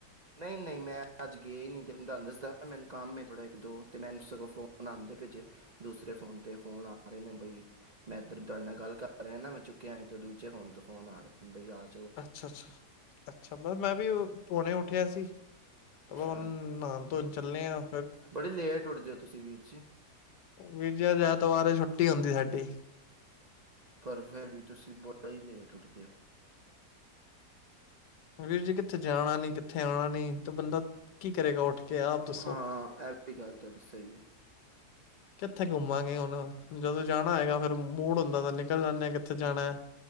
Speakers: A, on the right; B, on the left.
A: ਨਹੀਂ ਨਹੀਂ ਮੈਂ ਅੱਜ ਗਿਆ ਹੀ ਨੀ ਤੇ। ਤੁਹਾਨੂੰ ਦੱਸਦਾ ਮੈਨੂੰ ਕੰਮ ਏ ਥੋੜਾ ਇੱਕ ਦੋ ਤੇ ਮੈਨੂੰ ਸਗੋਂ ਫੋਨ ਆਉਂਦੇੇ ਪਾਏ ਜੇ ਦੂਸਰੇ ਫੋਨ ਤੇ ਫੋਨ ਆ ਰਹੇ ਨੇ ਬਈ ਮੈਂ ਇੱਧਰ ਤੁਹਾਡੇ ਨਾਲ ਗੱਲ। ਕਰ ਰਿਹਾ ਨਾ ਮੈਂ ਚੁੱਕਿਆ ਸੀ ਦੂਜੇ ਫੋਨ ਤੋਂ ਫੋਨ ਆ ਰਿਹਾ ਯਾਰ।
B: ਅੱਛਾ ਅੱਛਾ ਅੱਛਾ ਬਸ ਮੈਂ ਵੀ ਹੁਣੇ ਉੱਠਿਆ ਸੀ ਤੇ ਹੁਣ
A: ਹਾਂ
B: ਨਾਹਨ ਧੋਨ ਚਲਿਆ।
A: ਬੜੀ ਲੇਟ ਉੱਠ ਦੇ ਓ ਤੁਸੀਂ ਵੀਰ ਜੀ।
B: ਵੀਰਜੀ ਅੱਜ ਐਤਵਾਰ ਹੈ ਛੁੱਟੀ ਹੁੰਦੀ ਸਾਡੀ।
A: ਪਰ ਫਿਰ ਵੀ ਤੁਸੀਂ ਬੜਾ ਹੀ ਲੇਟ ਉੱਠਦੇ ਹੋ।
B: ਵੀਰ ਜੀ ਕਿੱਥੇ ਜਾਣਾ ਨੀ ਕਿੱਥੇ। ਇੱਥੇ ਆਉਣਾ ਨੀ ਤੇ ਬੰਦਾ ਕੀ ਕਰੇਗਾ ਉੱਠ ਕੇ ਆਪ ਦੱਸੋ।
A: ਹਾਂ ਇਹ ਵੀ ਗੱਲ ਤੁਹਾਡੀ ਸਹੀ ਹੈ
B: ਕਿੱਥੇ ਘੁੰਮਾਂਗੇ ਹੁਣ ਜਦੋਂ ਜਾਣਾ ਹੈਗਾ ਫਿਰ। ਮੂਡ ਹੁੰਦਾ ਤਾਂ ਨਿਕਲ ਜਾਂਦੇ ਆ ਕਿੱਥੇ ਜਾਣਾ ਹੈ।